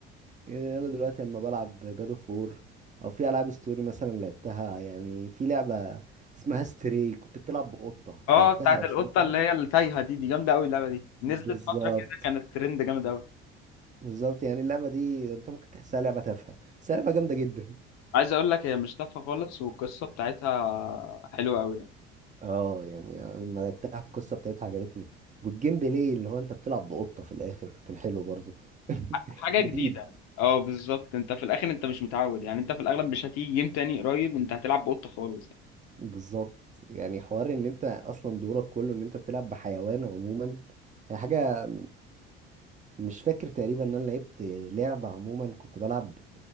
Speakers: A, on the right; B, on the left.
A: انا دلوقتي لما بلعب جاد اوف وور او في العاب ستوري مثلا لعبتها يعني في لعبه اسمها ستري كنت بتلعب بقطه
B: اه
A: لعبتها
B: بتاعت
A: او
B: القطه
A: سمعت عنها
B: اللي هي التايهه دي دي جامده قوي اللعبه دي نزلت
A: بالظبط
B: فتره كده كانت ترند جامد قوي
A: بالظبط يعني اللعبه دي انت ممكن تحسها لعبه تافهه بس هي لعبه جامده جدا
B: عايز اقول لك هي مش تافهه خالص والقصه بتاعتها حلوه قوي
A: اه يعني أنا لما لعبتها القصه بتاعتها عجبتني والجيم بلاي اللي هو انت بتلعب بقطه في الاخر كان حلو برضو <laughs>
B: حاجه جديده
A: جديد
B: اه بالظبط انت في الاخر انت مش متعود يعني انت في الاغلب مش هتيجي جيم تاني قريب انت هتلعب بقطه خالص
A: بالظبط يعني حوار ان انت اصلا دورك كله ان انت بتلعب بحيوان عموما هي حاجه مش فاكر تقريبا ان انا لعبت لعبه عموما كنت بلعب